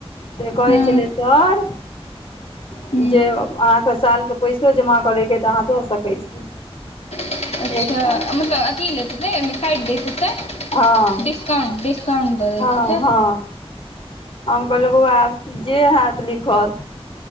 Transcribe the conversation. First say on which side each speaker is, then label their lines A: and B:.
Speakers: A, on the left; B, on the left.
A: से कहै
B: हँ
A: छलै सर
B: हूँ
A: जे अहाँके साल के पैसो जमा करैके तऽ अहाँ दऽ सकैऽ छी।
B: अच्छा
A: एक साल
B: मतलब अथी लेत हेतय ओय मे साड दैत हैतय
A: हँ
B: डिस्काउंट डिस्काउट दऽ दैत
A: हँ
B: हेतई
A: हँ हम कहलियौ बौआ आरती जे हत लिखल